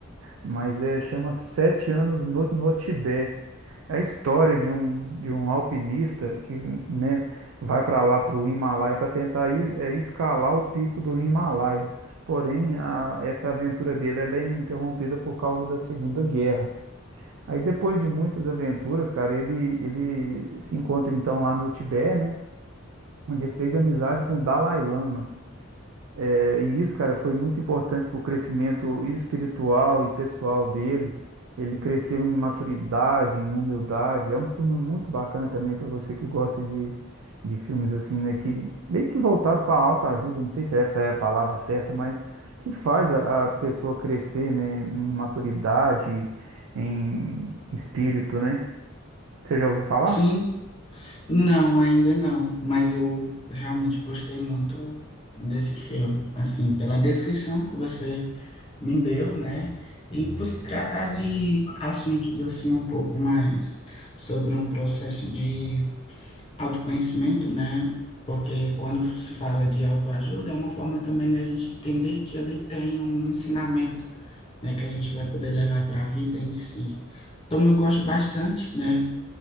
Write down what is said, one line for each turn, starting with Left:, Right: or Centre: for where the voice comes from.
Right: Mas é, chama Sete Anos no, no Tibete. É a história de um, de um alpinista que, né, vai para lá, para o Himalaia, para tentar es- é, escalar o pico do Himalaia. Porém, a- essa aventura dele ela é interrompida por causa da Segunda Guerra. Aí, depois de muitas aventuras, cara, ele, ele se encontra então lá no Tibete, né, onde ele fez amizade com o Dalai Lama. É, e isso, cara, foi muito importante para o crescimento espiritual e pessoal dele. Ele cresceu em maturidade, em humildade. É um filme muito bacana também para você que gosta de, de filmes assim, né? Que meio que voltado para alta ajuda, não sei se essa é a palavra certa, mas que faz a, a pessoa crescer, né? Em maturidade, em espírito, né? Você já ouviu falar?
Left: Sim, Não, ainda não, mas eu realmente gostei muito desse filme, assim, pela descrição que você me deu, né? E por se tratar de assuntos assim um pouco mais sobre um processo de autoconhecimento, né? Porque quando se fala de autoajuda, é uma forma também da gente entender que ele tem um ensinamento, né, que a gente vai poder levar para a vida em si. Então eu gosto bastante, né?